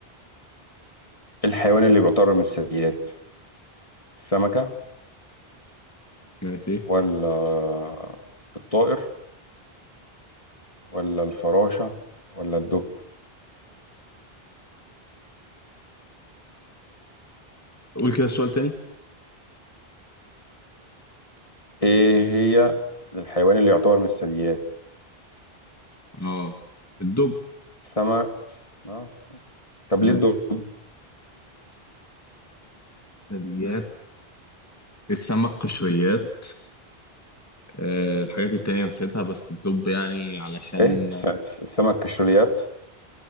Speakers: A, on the left; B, on the left.
A: الحيوان اللي بيعتبر من الثدييات السمكة
B: ماشي
A: ولا الطائر ولا الفراشة ولا الدب
B: قول كده السؤال تاني
A: إيه هي الحيوان اللي يعتبر من الثدييات
B: اه الدب
A: السمك آه. طب
B: ماشي
A: ليه الدب
B: الثدييات السمك قشريات آه الحاجات التانية نسيتها بس الدب يعني علشان
A: إيه الس- الس- السمك كشريات